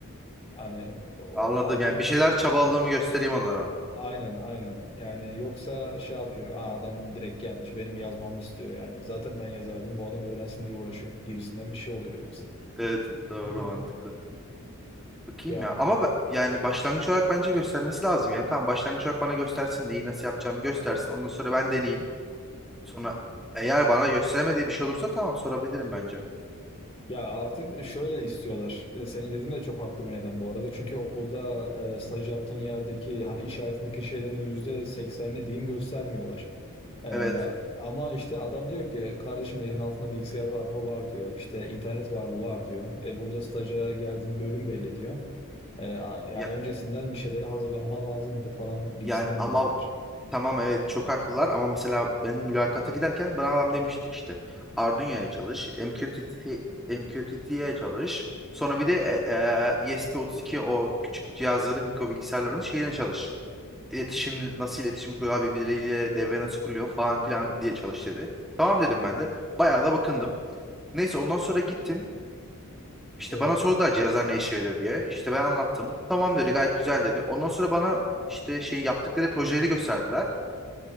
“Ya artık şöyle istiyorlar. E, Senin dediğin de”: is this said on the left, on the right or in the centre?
Left